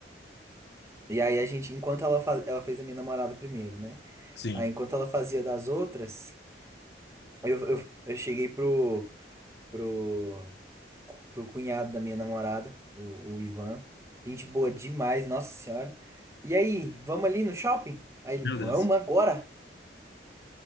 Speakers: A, on the right; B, on the left.
A: e aí a gente, enquanto ela, fa- ela fez a minha namorada primeiro, né?
B: Sim.
A: Aí enquanto ela fazia das outras, eu, eu, eu cheguei pro pro, pro cunhado da minha namorada, o, o Ivan. Gente boa demais, nossa senhora. E aí, vamos ali no shopping? Aí ele,
B: Meu
A: vamos
B: Deus.
A: agora,